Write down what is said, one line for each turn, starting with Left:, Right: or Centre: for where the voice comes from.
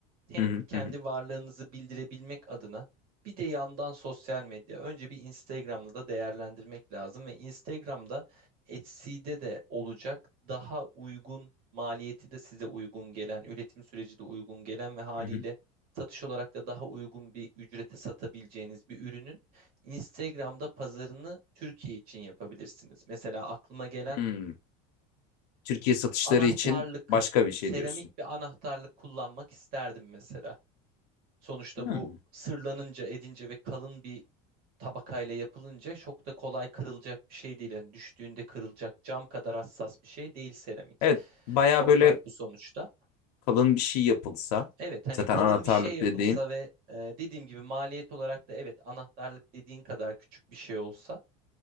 Right: hem
Left: hı hı,
Right: kendi
Left: hı hı,
Right: varlığınızı bildirebilmek adına bir de yandan sosyal medya. Önce bir Instagram'da da değerlendirmek lazım ve Instagram'da Etsy'de de olacak daha uygun maliyeti de size uygun gelen, üretim süreci de uygun gelen ve haliyle
Left: hı hı.
Right: satış olarak da daha uygun bir ücrete satabileceğiniz bir ürünün Instagram'da pazarını Türkiye için yapabilirsiniz. Mesela aklıma gelen
Left: Hmm. Türkiye satışları
Right: anahtarlık,
Left: için başka bir şey
Right: seramik
Left: diyorsun.
Right: bir anahtarlık kullanmak isterdim mesela. Sonuçta
Left: Hmm.
Right: bu sırlanınca, edince ve kalın bir tabakayla yapılınca çok da kolay kırılacak bir şey değil. Yani düştüğünde kırılacak cam kadar hassas bir şey değil seramik.
Left: Evet baya
Right: Toprak
Left: böyle
Right: bu sonuçta.
Left: kalın bir şey yapılsa
Right: Evet hani
Left: zaten
Right: kalın
Left: anahtarlık
Right: bir şey yapılsa
Left: dediğin.
Right: ve e, dediğim gibi maliyet olarak da evet anahtarlık dediğin kadar küçük bir şey olsa